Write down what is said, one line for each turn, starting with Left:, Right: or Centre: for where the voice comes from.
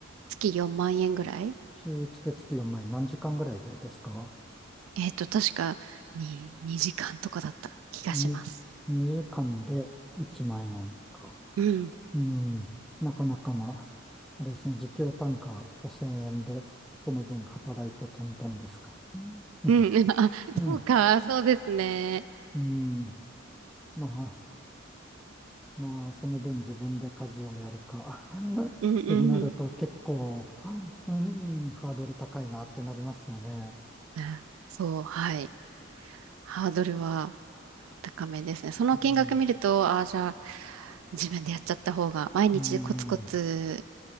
Right: 月4万円ぐらい
Centre: 週1で月4万円、何時間ぐらいでですか
Right: えっと、確かに2時間とかだった気がします。
Centre: ?2、2時間で1万円か。
Right: うん。
Centre: うん、なかなかな、あれですね、時給単価5000円で、その分働いてトントンですか。うん、<laughs>
Right: うん。<laughs> あ、そうか、
Centre: う
Right: そうですね。
Centre: ん、うんままあ、その分自分で家事をやるか <laughs> ってなると結構、
Right: うんうん。
Centre: うん、ハードル高いなってなりますよね。
Right: あそう、はい。ハードルは高めですね。その金額見ると、
Centre: うん、
Right: ああ、じゃあ、自分でやっちゃった方が、毎日コツコツ、
Centre: うん、